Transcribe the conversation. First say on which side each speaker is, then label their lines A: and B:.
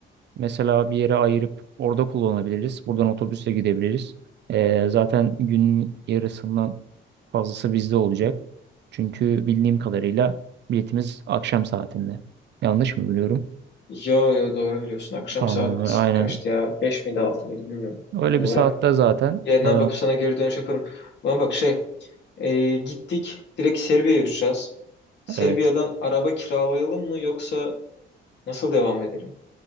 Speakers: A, on the right (about 60°); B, on the left (about 60°).
A: mesela bir yere ayırıp orada kullanabiliriz. Buradan otobüsle gidebiliriz. Ee, zaten gün yarısından Fazlası bizde olacak. Çünkü bildiğim kadarıyla biletimiz akşam saatinde. Yanlış mı biliyorum?
B: Yo yo doğru biliyorsun. Akşam
A: Tamamdır,
B: saat
A: aynen.
B: kaçtı ya? 5 miydi 6 mıydı bilmiyorum
A: Öyle
B: tam olarak.
A: bir saatte zaten.
B: Yerine
A: Ee,
B: bakıp sana geri dönüş yaparım. Bana bak şey ee, gittik direkt Serbia'ya uçacağız. Serbia'dan
A: evet.
B: araba kiralayalım mı yoksa nasıl devam edelim?